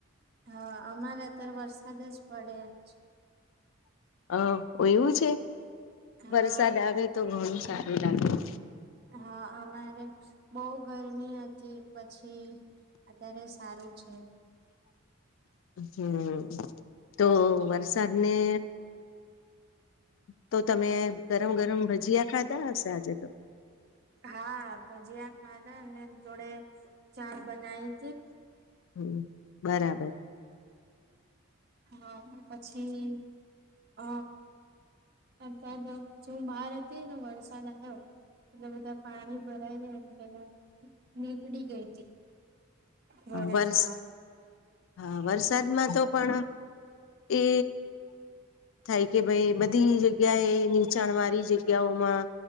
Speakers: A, on the right; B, on the left.
A: હા અમારે અતાર વરસાદ જ પડે છે.
B: હ એવું છે,
A: હા
B: વરસાદ આવે તો ઘણું સારું લાગે હો.
A: હા, અમારે બવ ગરમી હતી પ છી અત્યારે સારું છે.
B: હમ્મ તો વરસાદ ને તો તમે ગરમ ગરમ ભજીયા ખાધા હશે આજે તો.
A: હા, ભજીયા ખાધા અને જોડે ચા બનાઈ.
B: હમ્મ બરાબર.
A: હ પછી હ. અતાર તો જો હું બહાર હતી ને વરસાદ આયો. એટલે બધા પાણી ભરાય જાયને પેલા નીકડી ગઈ તી ઘરે
B: વર્ષ
A: જવા.
B: હા વરસાદમાં તો પણ એ થાય કે ભાઈ બધી જગ્યા એ નીચાણ વાળી જગ્યાઓમાં